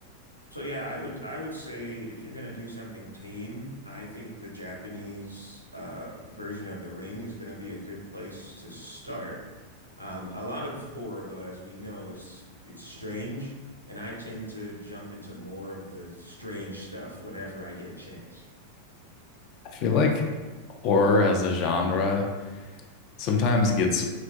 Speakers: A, on the right (about 80°); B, on the left (about 40°).
A: so yeah, I would I would say if you're gonna do something tame, I think the Japanese uh, version of The Ring is gonna be a good place to start. Um, a lot of horror, though, as we know, is it's strange, and I tend to jump into more of the strange stuff whenever I get a chance.
B: I feel like horror as a genre sometimes gets